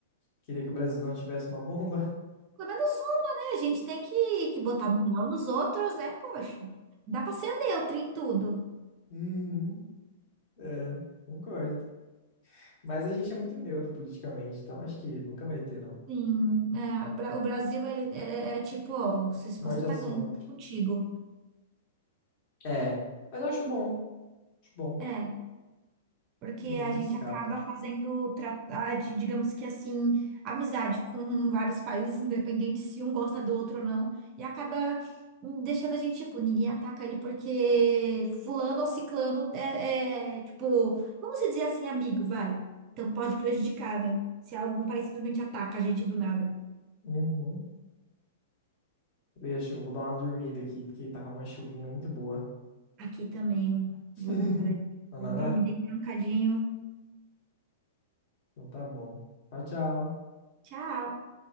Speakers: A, on the left; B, on the right.
A: Queria que o Brasilzão tivesse uma bomba?
B: Pelo menos uma, né? A gente tem que, que botar moral nos outros, né? Poxa, não dá pra ser neutra em tudo.
A: Uhum, é, concordo. Mas a gente é muito neutro politicamente, então acho que nunca vai ter, não.
B: Sim, é, o Bra- o Brasil ele- é, é é tipo, ó, se se
A: Morde
B: você tá
A: a sopra.
B: ganhando tá contigo.
A: É, mas eu acho bom. Acho bom.
B: É, porque
A: Mas
B: a
A: a gente
B: gente
A: escapa.
B: acaba fazendo, tra- ah, di- digamos que assim, amizade com vários países, independente se um gosta do outro ou não, e acaba hum, deixando a gente, tipo, ninguém ataca ele porque fulano ou ciclano é, é, tipo, vamos dizer assim, amigo, vai. Então pode prejudicar, né? Se algum país simplesmente ataca a gente do nada.
A: Uhum. Deixa, eu vou dar uma dormida aqui, porque tava uma chuvinha muito boa.
B: Aqui também, eu
A: <laughs>
B: vou dar uma paradinha.
A: Ananá?
B: Dormir, deitar um cadinho.
A: Então tá bom. Tchau, tchau.
B: Tchau!